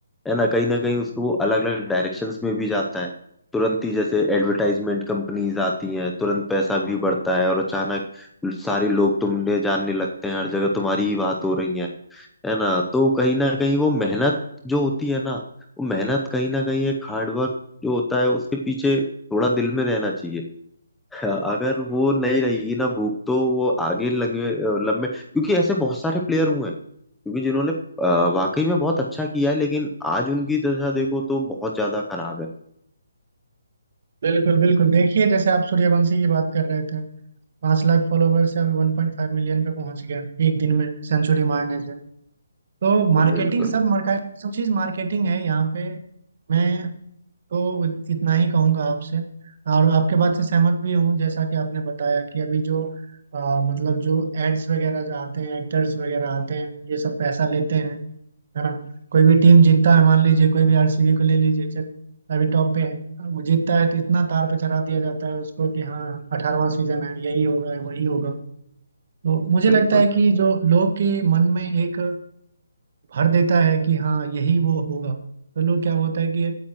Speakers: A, in the centre; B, on the right.
A: है ना कहीं ना कहीं उसको वो अलग अलग डायरेक्शंस में भी जाता है तुरंत ही जैसे एडवर्टाइजमेंट कंपनीज आती हैं तुरंत पैसा भी बढ़ता है और अचानक सारे लोग तुमने जानने लगते हैं हर जगह तुम्हारी ही बात हो रही है है ना तो कहीं ना कहीं वो मेहनत जो होती है ना वो मेहनत कहीं ना कहीं एक हार्डवर्क जो होता है उसके पीछे थोड़ा दिल में रहना चाहिए <laughs> अगर वो नहीं रहेगी ना भूख तो वो आगे लंबे लंबे क्योंकि ऐसे बहुत सारे प्लेयर हुए हैं क्योंकि जिन्होंने अ, वाकई में बहुत अच्छा किया है लेकिन आज उनकी दशा देखो तो बहुत ज्यादा खराब है
B: बिल्कुल बिल्कुल देखिए जैसे आप सूर्यवंशी की बात कर रहे थे पांच लाख फॉलोवर से अभी वन पॉइंट फाइव मिलियन पे पहुंच गया एक दिन में सेंचुरी मारने से तो मार्केटिंग
A: बिल्कुल
B: सब मार्का सब चीज मार्केटिंग है यहाँ पे मैं तो इतना ही कहूंगा आपसे और आपके बात से सहमत भी हूँ जैसा कि आपने बताया कि अभी जो अ, मतलब जो एड्स वगैरह जो आते हैं एक्टर्स वगैरह आते हैं ये सब पैसा लेते हैं है ना कोई भी टीम जीतता है मान लीजिए कोई भी आरसीबी को ले लीजिए चल अभी टॉप पे है वो जीतता है तो इतना तार पे चढ़ा दिया जाता है उसको कि हाँ 18वां सीजन है यही होगा वही होगा तो मुझे
A: बिल्कुल
B: लगता है कि जो लोग के मन में एक भर देता है कि हाँ यही वो होगा तो लोग क्या होता है कि